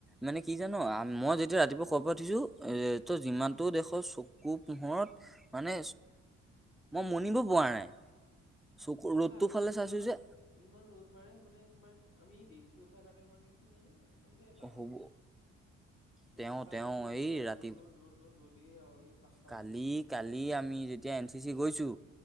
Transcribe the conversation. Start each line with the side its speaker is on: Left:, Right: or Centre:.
Centre: মানে কি জানো মই যেতিয়া ৰাতিপুৱা ক'ৰ পৰা উঠিছোঁ ত' যিমানটো দেখৰ চকু পোহৰত মানে মই মনিব পৰা নাই চকু
Left: সঁচা
Centre: ৰ'দটো ফালে
Left: ই-
Centre: চাইছো
Left: ইমান
Centre: যে
Left: ইমান ৰ'দ মাৰে মানে তোমাৰ আমি দেৰিকে উঠাৰ কাৰণে হয় নেকি জানো। <unintelligible> যে বা
Centre: হ'ব তেওঁ
Left: উঠাপা
Centre: তেওঁ
Left: বুলি একেবাৰে
Centre: এই ৰাতি
Left: ৰ'দ ৰ'দ ৰ'দ ৰ'দ ৰ'দে আৰু এই পাঁচ
Centre: কালি কালি আমি যেতিয়া এন চি চি গৈছো।